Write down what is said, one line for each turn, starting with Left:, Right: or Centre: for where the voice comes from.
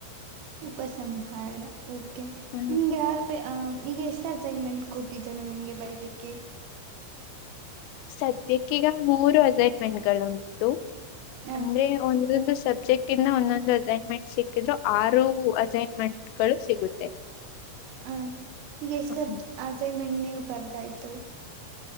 Right: ಉಪಸಂಹಾರ ಓಕೆ
Left: ಹ್ಮ್
Right: ನಿಮ್ಗೆ ಯ <unintelligible> ಈಗ ಎಷ್ಟ ಅಸೈನ್ಮೆಂಟ್ ಕೊಟ್ಟಿದ್ದನೆೆ ನಿಮ್ಗೆ ಬರೀಲಿಕ್ಕೆ
Left: ಸದ್ಯಕ್ಕೆ ಈಗ ಮೂರು ಅಸಿಗೆಮೆಂಟ್ಗಳು ಉಂಟು
Right: ಹ
Left: ಅಂದ್ರೆ ಒಂದೊಂದು ಸಬ್ಜೆಕ್ಟ್ ಇಂದ ಒಂದೊಂದು ಅಸೈನ್ಮೆಂಟ್ ಸಿಕ್ಕಿದ್ರು ಆರು ಅಸೈನ್ಮೆಂಟ್ಗಳು ಸಿಗುತ್ತೆ
Right: ಹ ಈಗ ಎಷ್ಟಾ
Left: ಹ್ಮ್
Right: ಸಬ್ಜೆಕ್ಟ್ ಅಸೈನ್ಮೆಂಟ್ ನೀವು ಬರ್ದಾಯ್ತು